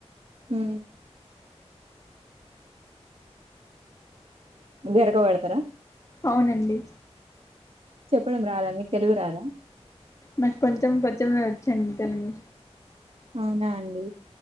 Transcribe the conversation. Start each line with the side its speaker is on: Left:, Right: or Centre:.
Right: ఊ గరక వెడతారా
Left: అవునండి
Right: చెప్పడం రాదా మీకు తెలుగు రాదా
Left: నాకు కొంచెం కొంచెమే వచ్చండి తెలుగు
Right: అవునా అండి